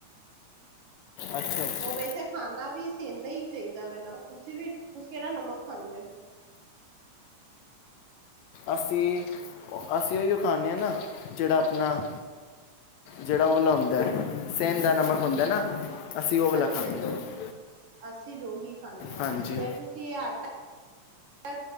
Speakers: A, on the left (about 80°); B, on the right (about 55°).
A: ਅੱਛਾ ਅੱਛਾ
B: ਉਹ ਵੈਸੇ ਖਾਣਾ ਵੀ, ਸਿੰਦਾ ਹੀ ਚਾਹੀਦਾ ਵੇ ਨਮਕ, ਤੁਸੀਂ ਵੀ ਤੁਸੀ ਕਿਹੜਾ ਨਮਕ ਖਾਂਦੇ ਹੋ?
A: ਅਸੀਂ-ਅਸੀਂ ਉਹੀਓ ਖਾਨੇ ਆ ਨਾ ਜਿਹੜਾ ਆਪਣਾ ਜਿਹੜਾ ਉਹ ਵਾਲਾ ਹੁੰਦਾ ਸੇਦਾ ਨਮਕ, ਹੁੰਦਾ ਹੈ ਨਾ ਅਸੀਂ ਉਹ ਵਾਲਾ
B: ਹਾਂਜੀ-ਹਾਂਜੀ
A: ਖਾਂਦੇ ਹਾਂ
B: ਅਸੀਂ ਵੀ ਉਹੀ ਖਾਂਦੇ ਹਾਂ
A: ਹਾਂਜੀ
B: ਫੇਰ ਤੁਸੀਂ ਇਹ ਆਟਾ,